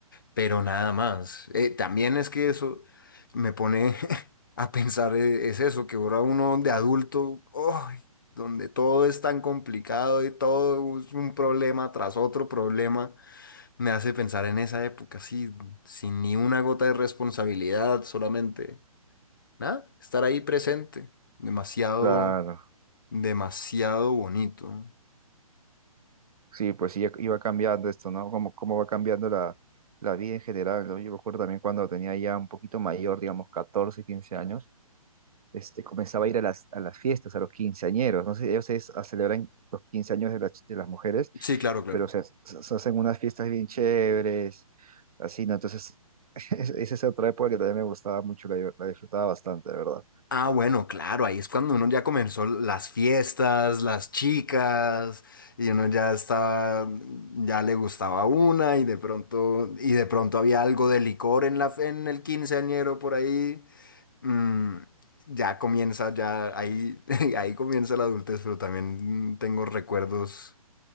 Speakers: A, on the left; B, on the right.
A: pero nada más. Eh, también es que eso me pone <laughs> a pensar, eh, es eso, que ahora uno de adulto, ¡ay! donde todo es tan complicado y todo es un problema tras otro problema, me hace pensar en esa época, así, sin ni una gota de responsabilidad, solamente, nada, estar ahí presente, demasiado,
B: Claro.
A: demasiado bonito.
B: Sí, pues sí, iba cambiando esto, ¿no? Cómo, cómo va cambiando la, la vida en general, ¿no? Yo me acuerdo también cuando tenía ya un poquito mayor, digamos, 14 15 años, este, comenzaba a ir a las, a las fiestas, a los quinceañeros, no sé, ellos es, a celebran los 15 años de, las ch- de las mujeres,
A: Sí, claro, claro.
B: pero o sea, se, se hacen unas fiestas bien chéveres, así, ¿no? Entonces, <laughs> esa es otra época que también me gustaba mucho, la, la disfrutaba bastante, de verdad.
A: Ah, bueno, claro, ahí es cuando uno ya comenzó las fiestas, las chicas, y uno ya estaba, ya le gustaba una, y de pronto, y de pronto había algo de licor en la, en el quinceañero por ahí. Mm, ya comienza, ya ahí, <laughs> ahí comienza la adultez, pero también mm, tengo recuerdos,